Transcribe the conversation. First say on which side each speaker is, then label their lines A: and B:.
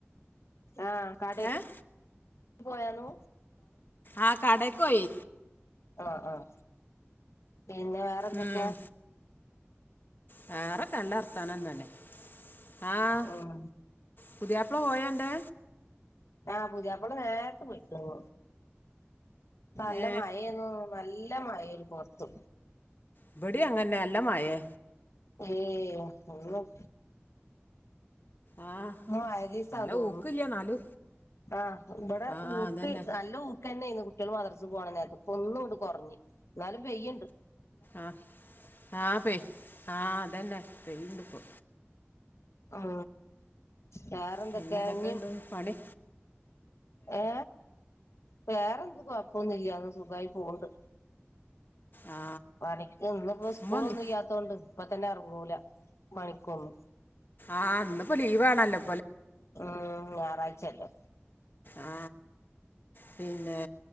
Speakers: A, on the left; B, on the left.
A: ആഹ് കാടേക്ക്
B: ഏ
A: പോയന്നു.
B: ആഹ് കടെക്കോയി.
A: ആഹ് ആഹ് പിന്നെ വേറെ എന്തൊക്കെയാ.
B: ഉം, വേറെ കല്ലർത്താനം തന്നെ. ആഹ്
A: ഉം
B: പുതിയപ്പള പോയണ്ടേ.
A: ആഹ് പൂതിയാപ്പള നേരത്ത് പോയിക്കന്ന. നല്ല
B: ഏ
A: മഴന്ന് നല്ല മഴയില് പൊർത്ത്.
B: ഇവിടി അങ്ങനെ എല്ലാംമയെ.
A: ഏ ഒന്നും
B: ആ
A: മായരിസാധോ
B: നല്ല ഊക്കില്ല നാല്
A: ആഹ് ഇവിടെ
B: ആ
A: ഊക്ക്
B: അതന്നെ
A: നല്ല ഊക്ക് തന്നെ. ആ കുട്ടികൾ മദറസെ പോണം. നേരത്തെ പൊന്നും ഇണ്ട് കുറഞ്ഞ് എന്നാലും പെയ്യുണ്ട്.
B: ആഹ് ആഹ് പെ ആഹ് അതന്നെ പെയണ്ട്പ്പോ.
A: ആ വേറെന്തൊക്കെ
B: പിന്നെ എന്തൊക്കെയുണ്ട്
A: ഇഞ്ഞും
B: പണി
A: ഏ വേറെന്ത് കൊഴപ്പൊന്നില്ലന്ന് സുഖമായി പോന്നുണ്ട്
B: ആ
A: പണിക്ക് ഇന്ന് ഇപ്പോ സ്കൂളൊന്നും
B: ഉമ്മ വന്നി
A: ഇല്ലാത്ത കൊണ്ട് ഇപ്പൊ തന്നെ ഇറങ്ങൂല മഴക്കെന്ന്
B: ആഹ് ഇന്നിപ്പോ ലീവ് ആണല്ലോ
A: ഉം ഞായറാഴ്ചല്ലോ
B: ആ പിന്നെ